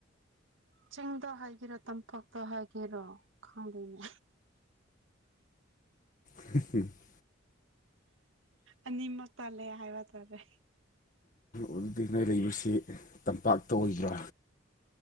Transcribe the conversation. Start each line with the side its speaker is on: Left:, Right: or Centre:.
Right: ꯆꯤꯡꯗꯣ ꯍꯥꯏꯒꯦꯔꯣ ꯇꯝꯄꯥꯛꯇ ꯍꯥꯏꯒꯦꯔꯣ ꯈꯪꯗꯦꯅꯦ
Left: <inaudible>
Right: ꯑꯅꯤꯃꯛ ꯇꯟꯂꯦ ꯍꯥꯏꯕ ꯇꯥꯔꯦ
Left: ꯑꯗꯨꯗꯤ ꯅꯣꯏ ꯂꯩꯕꯁꯤ ꯇꯝꯄꯥꯛꯇ ꯑꯣꯏꯕ꯭ꯔꯥ